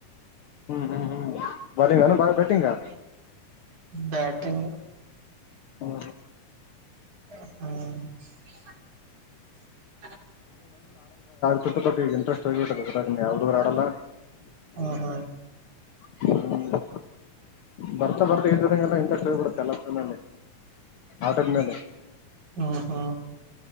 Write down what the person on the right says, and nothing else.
ಬ್ಯಾಟಿಂಗ್
ಹ್ಮ
ಹ್ಮ ಹಾ
ಹ್ಮ ಹ್ಮ